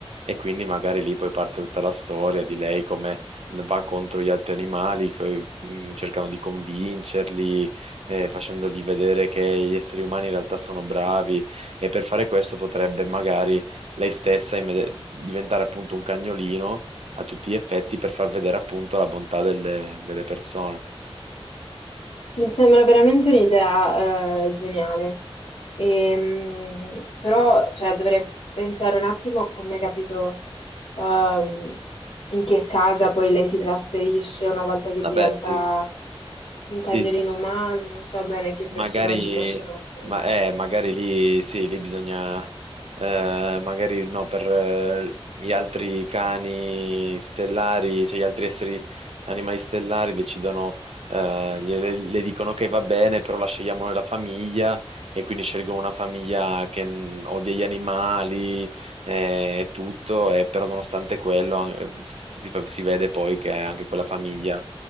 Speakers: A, on the right; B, on the left.
A: E quindi magari lì poi parte tutta la storia di lei come va contro gli altri animali, che, mm, cercano di convincerli, eh, facendogli vedere che gli esseri umani in realtà sono bravi e per fare questo potrebbe magari lei stessa immedi- diventare appunto un cagnolino a tutti gli effetti per far vedere appunto la bontà delle, delle persone.
B: Mi sembra veramente un'idea eh, geniale, Ehm, però cioè, dovrei pensare un attimo a come capito ehm, in che casa poi lei si trasferisce una volta che
A: Vabbè,
B: diventa
A: sì,
B: un
A: sì,
B: cagnolino umano, non so bene che
A: Magari,
B: personaggi possono essere.
A: ma, eh, magari lì sì, lì bisogna, eh, magari no, per eh, gli altri cani stellari, cioè gli altri esseri animali stellari decidono, eh, gliele- le, dicono che va bene, però la scegliamo noi la famiglia e quindi scelgono una famiglia che mm, odia gli animali eh, e tutto, e però nonostante quello eh, si fa- si vede poi che anche quella famiglia